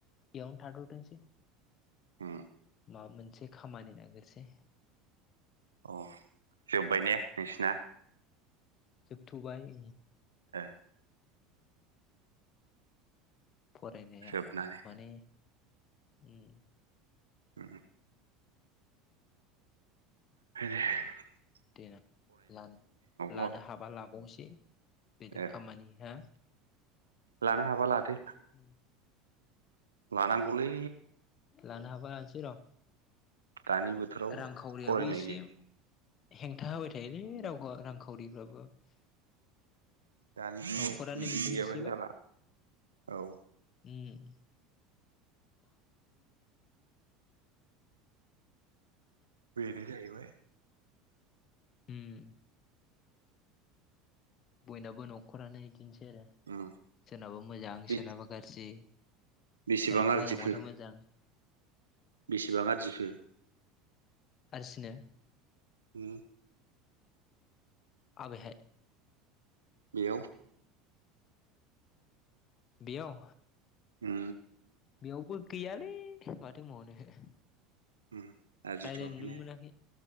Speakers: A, on the left (about 40°); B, on the right (about 85°).
A: बेयावनो थाथ' थोंसै।
B: ह।
A: माबा मोनसे खामानि नागिरसै।
B: औ जोब्बाय ने नोंसिना?
A: जोब थ' बाय।
B: ह।
A: फरायनाया
B: जोबनानै
A: माने ओ
B: <inaudible> आरो दे। <unintelligible>
A: देनां लानो
B: माबि
A: हाबा ला अबसे बेलेक
B: ओ
A: खामानिया।
B: लानो हाबा लादो।
A: उ।
B: लानांगौलै।
A: लानो हाबा लानोसै र'
B: दानि बोथोराव
A: रांखावरियाबो
B: फरायनाय
A: एसे
B: गै
A: हेंथा होबाय थायोलै राव रांखावरि। मबो। <unintelligible>
B: दानि जुगाव
A: न'खरानो
B: बिदि
A: बिदिनोसैबा
B: गैयाबानो जाला औ
A: उ उ। <unintelligible>
B: बेनो जाहैबाय
A: उम। बयनाबो न'खरानो बिदिनोसै आरो
B: उम
A: सोरनाबा मोजां
B: बे
A: सोरनाबा गाज्रि।
B: बेसेबां
A: सोरनाबा
B: आरजिखो
A: मोजांबाथाय मोजां।
B: बेसेबां आरजिखो!
A: आरसिनो।
B: ओ
A: आबेहाय।
B: बेयाव।
A: बियाव।
B: ह
A: बेवबो गैयालै माथो बुंबावनो
B: उम आरजिथ'वाखैनो
A: राय्लाय नोनो मोनाखै